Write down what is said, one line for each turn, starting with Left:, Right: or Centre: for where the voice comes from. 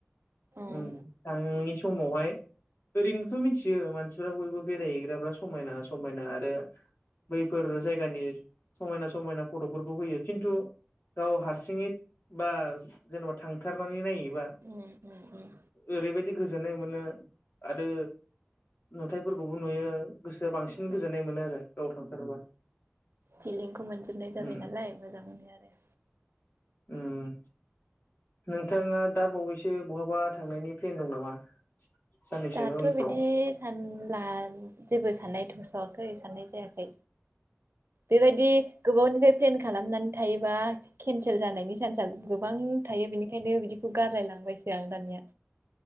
Right: औ
Left: उम थांङैनि समावहाय ओरैनोथ मिथियो मानसिफ्रा बयबो बेरायहैग्राफा समायना समायना आरो बैफोर जायगानि समायना समायना फथफोरखौ होयो खिन्थु गाव हारसिङै बा जेनेबा थांथारनानै नायोबा
Right: उम उम उम
Left: ओरैबायदि दि गोजोननाय मोनो आरो नुथाइफोरखौबो नुयो। गोसोआ बांसिन
Right: <unintelligible>
Left: गोजोननाय मोनो आरो गाव थांथारोबा
Right: फिलिंखौ मोनजोबनाय जाबाय
Left: उम
Right: नालाय मोजां मोनो आरो।
Left: उम। नोंथाङा दा बावैसो बहाबा थांनायनि फ्लेन दं नामा? साननैसोनि
Right: दाथ
Left: उनफ्राव
Right: बिदि सानला जेबो साननायथ। गोसावाखै साननाय जायाखै। बेबायदि गोबावनिफ्राय फ्लेन खालामनानै थायोबा केनसेल जानायनि चान्सा गु गोबां थायो बेनिखायनो बिदिखौ गारलाय लांबायसो आं दानिया